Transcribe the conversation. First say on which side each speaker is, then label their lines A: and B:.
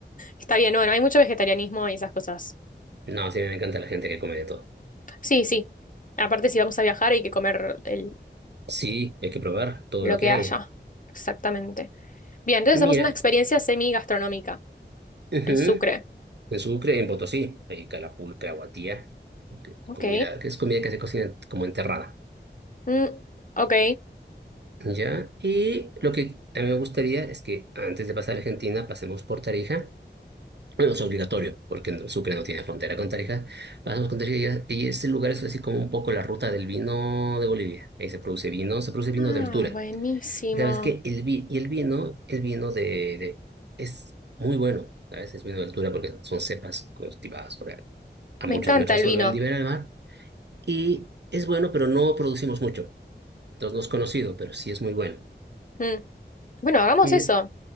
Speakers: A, on the left; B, on the right.
A: Está bien, bueno, hay mucho vegetarianismo y esas cosas.
B: No, sí, me encanta la gente que come de todo.
A: Sí, sí. Aparte, si vamos a viajar hay que comer el-
B: Sí, hay que probar todo
A: lo
B: lo que
A: que haya.
B: hay.
A: Exactamente. Bien, entonces
B: Mira,
A: hacemos una experiencia semi-gastronómica
B: ujú,
A: en Sucre.
B: En Sucre, en Potosí, hay calapulca, guatía, que-
A: Ok.
B: comida, que es comida que se cocina como enterrada.
A: Mm, ok.
B: ¿Ya? Y lo que a mí me gustaría es que antes de pasar a Argentina pasemos por Tarija. Bueno, es obligatorio, porque en Sucre no tiene frontera con Tarija. Pasamos con Tarija y y ese lugar es así como un poco la ruta del vino de Bolivia. Ahí se produce vino, se produce vino
A: Ah,
B: de altura.
A: buenísimo.
B: Sabes que el, vi- y el vino, el vino de, de- es muy bueno, ¿sabes? Es vino de altura porque son cepas cultivadas, o sea, a
A: Me
B: muchos
A: encanta
B: metros
A: el
B: sobre
A: vino.
B: el nivel del mar. Y es bueno, pero no producimos mucho. Entonces no es conocido, pero sí es muy bueno.
A: Mm. Bueno, hagamos
B: Y,
A: eso.